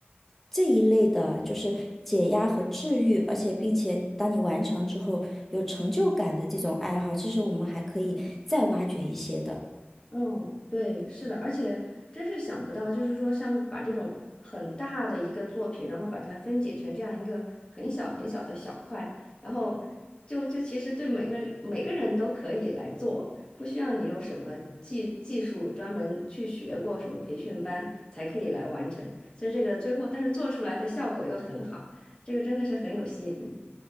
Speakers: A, in the centre; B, on the left.
A: 这一类的，就是解压和治愈，而且并且当你完成之后有成就感的这种爱好，其实我们还可以再挖掘一些的。
B: 嗯，对，是的，而且真是想不到，就是说，像把这种很大的一个作品，然后把它分解成这样一个很小很小的小块，然后就就其实对每个每个人都可以来做，不需要你有什么技技术专门去学过什么培训班才可以来完成，所以这个最后，但是做出来的效果又很好，这个真的是很有吸引力。